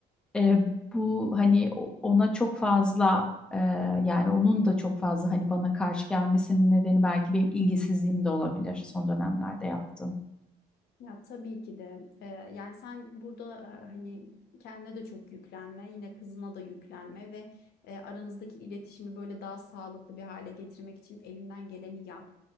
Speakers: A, in the centre; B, on the left.
A: e, bu hani o- ona çok fazla e, yani onun da çok fazla hani bana karşı gelmesinin nedeni belki benim ilgisizliğim de olabilir son dönemlerde yaptığım.
B: Ya tabii ki de Ee, yani sen burada e, hani kendine de çok yüklenme yine kızına da yüklenme ve e, aranızdaki iletişimi böyle daha sağlıklı bir hale getirmek için elinden geleni yap.